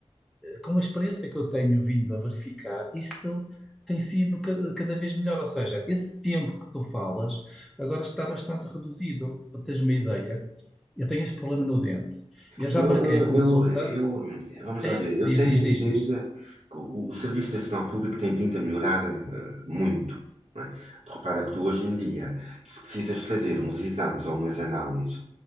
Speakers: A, in the centre; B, on the right.
A: com a experiência que eu tenho vindo a verificar, isto tem sido ca- cada vez melhor. Ou seja, esse tempo que tu falas agora está bastante reduzido. Para teres uma ideia, eu tenho este problema no dente. Eu já
B: Eu,
A: marquei
B: eu,
A: a consulta.
B: eu, eu- vamos
A: É,
B: lá ver, eu
A: diz,
B: tenho
A: diz,
B: a
A: diz,
B: ideia
A: diz.
B: que o, o Serviço Nacional Público tem vindo a melhorar eh, muito. não é? Tu repara que tu hoje em dia, se precisas de fazer uns exames ou umas análises